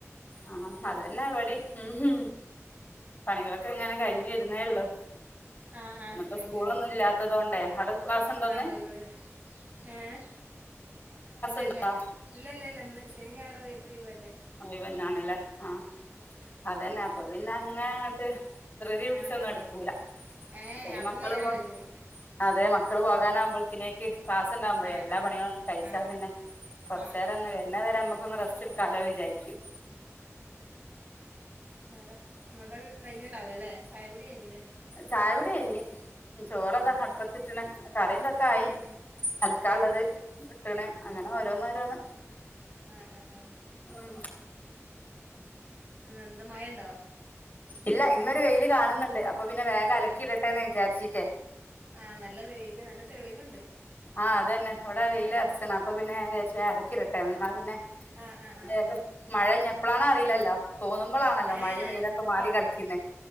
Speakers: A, on the left; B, on the right.
A: ആഹ് അതന്നെ ഇവെടിം ഉംഹ് പണികളൊക്കെങ്ങനെ കഴിഞ്ഞ് വെരെന്നേള്ളൂ
B: ആഹ് ആഹ്
A: ഇന്ന്പ്പൊ
B: കഴിഞ്ഞ്
A: സ്കൂളൊന്നും
B: വരണുള്ളൂ
A: ഇല്ലാത്തതൊണ്ടെ ആടെ ക്ലാസ്സ്‌ണ്ടോന്ന്?
B: ആഹ് ഒഴിവല്ലേ ഏഹ് ഇല്ലല്ല
A: ഉണ്ടോ
B: ഇല്ലല്ല ഇല്ല ഇന്ന് ശെനി ഞായറും ഒയി ഒയിവെല്ലേ?
A: ഒഴിവെന്നാണ്ലേ ആഹ് അതന്നെ അപ്പൊ പിന്നെ അങ്ങനഅങ്ങ് ട്ട് ധൃതി പിടിച്ചൊന്നും
B: ആഹ് ആഹ്
A: എടക്കൂല
B: ആഹ് ഏഹ്
A: അല്ലെങ്കി
B: അപ്പം
A: മക്കള്
B: നേരം
A: പോ
B: വൈകും
A: അതെ മക്കള് പോകാനാകുമ്പോഴത്തിനേക്ക് ക്ലാസ്സ്‌ണ്ടാവുമ്പഴേ
B: ആഹ്
A: എല്ലാ
B: ആഹ്
A: പണികളുവാണ്ട് കഴിച്ചാ
B: ആഹ്
A: പിന്നെ
B: ആഹ്
A: കൊർച്ചേരൊന്ന്
B: ആഹ് ആഹ്
A: വെര്ണവരെ നമ്മക്കൊന്ന് റസ്റ്റെടുക്കാലോ വിചാരിക്കും
B: വേറെ ഇങ്ങൾതൊക്കെ കഴിഞ്ണ്ടാവൂലലെ ചായകുടി കഴിഞ്ഞിലെ?
A: ചായ കൂടി കഴിഞ് ചോറ്
B: ഉം
A: അതാ അടുപ്പത്തിട്ടിണ് കറിയെന്ത ഒക്കായി
B: ഉം ഉം
A: അലക്കാ
B: ആഹ്
A: ഉള്ളത് ഇട്ടണ് അങ്ങനെ
B: ആഹ്
A: ഓരോന്ന് ഓരോന്ന്.
B: ആഹ് ആഹ് ആഹ്.
A: ഉം.
B: മ് എന്താ മഴയുണ്ടോ?
A: ഇല്ല ഇന്നൊരു വെയില് കാണുന്നുണ്ട് അപ്പൊ പിന്നെ വേഗം അലക്കിയിടട്ടെന്ന് വിചാരിച്ചിട്ടേ.
B: ആഹ് നല്ല വെയില് നല്ല തെളിവുണ്ട്.
A: ആഹ് അതന്നെ ഇവിടെ വെയിൽ ഇറച്ചണ് അപ്പൊ പിന്നെ ഞാൻ വിചാരിച്ച് പോയി അലക്കിടട്ടെന്ന് എന്നാ പിന്നെ.
B: ആഹ് ആഹ് ആഹ്
A: ഏഹ് മഴ ഇനിപ്പളാണോ അറിയില്ലല്ലോ തോന്നുമ്പോളാണല്ലോ
B: ഏഹ്
A: മഴയും വെയിലൊക്കെ മാറി
B: പെ
A: കളിക്കുന്നേ.